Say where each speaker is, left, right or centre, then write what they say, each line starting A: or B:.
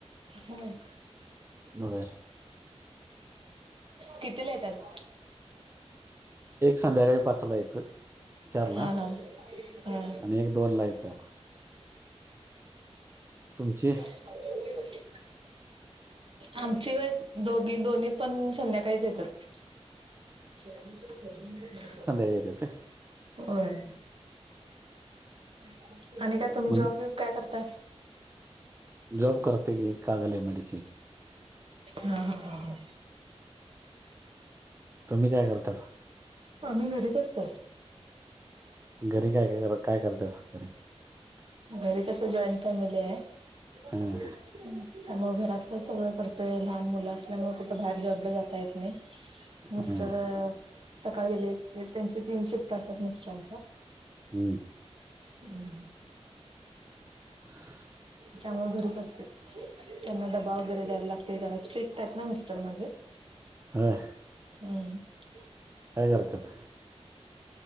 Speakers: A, on the right (about 50°); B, on the right (about 20°).
A: होय काय?
B: होय.
A: कितीला येतात?
B: एक संध्याकाळी पाचला येतोय चारला
A: हा हा हा
B: आणि एक दोनला येतोय. तुमची?
A: <unintelligible> आमची होय दोघी दोन्ही पण संध्याकाळीच येतात. <unintelligible>
B: येत्यात
A: होय. <unintelligible> आणि काय तुम्ही
B: मग
A: जॉब बीब काय करता?
B: जॉब करते की कागल एम डी
A: हा हा हा हा,
B: तुम्ही काय करतासा?
A: आम्ही घरीच असतोय.
B: घरी काय-काय कर काय करतासा?
A: घरी कस जॉईंट फॅमिली आहे. त्यामुळे
B: हं,
A: घरातलं सगळं करतोय लहान मुलं असल्यामुळे कुठं बाहेर जॉबला जात ता येत नाही मिस्टर
B: हं,
A: सकाळी गेले त्यांच्या तीन शिफ्ट असतात मिस्टरांच्या
B: <unintelligible>
A: हम्म
B: <inaudible>
A: त्यामुळे घरीच असते त्यांना डबा वगैरे द्यायला लागते जरा स्ट्रिक्ट आहेत ना मिस्टर माझे.
B: होय
A: हम्म
B: काय करत्यात?